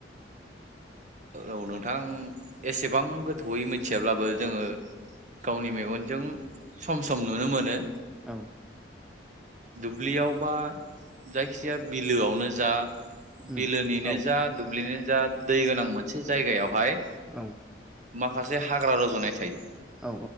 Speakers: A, on the right; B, in the centre.
A: औ नोंथां एसेबां गोथौयै मिथियाब्लाबो जोंङो गावनि मेगनजों सम सम नुनो मोनो।
B: औ।
A: दुब्लियाव बा जायखि जाया बिलोआवनो जा
B: उम
A: बिलोनिनो
B: औ
A: जा दुब्लिनिनो जा दै गोनां मोनसे जायगायावहाय
B: औ।
A: माखासे हाग्रा रजनाय थायो।
B: औ